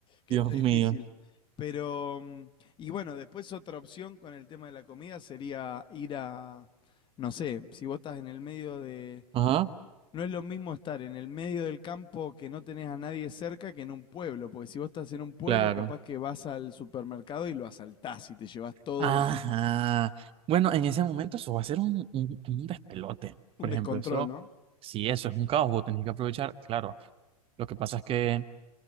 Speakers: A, on the left (about 25°); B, on the right (about 30°).
A: que
B: Dios
A: está difícil.
B: mío.
A: Pero, mm, y bueno, después otra opción con el tema de la comida sería ir a, no sé, si vos estás en el medio de...
B: Ajá,
A: No es lo mismo estar en el medio del campo que no tenés a nadie cerca que en un pueblo, porque si vos estás en un pueblo,
B: claro.
A: capaz que vas al supermercado y lo asaltás y te llevas todo,
B: Ajá.
A: <laughs>
B: Bueno, en ese momento eso va a ser un, un, un despelote.
A: un
B: Por
A: descontrol,
B: ejemplo, eso,
A: ¿no?
B: si eso es un caos, vos tenés que aprovechar. Claro, lo que pasa es que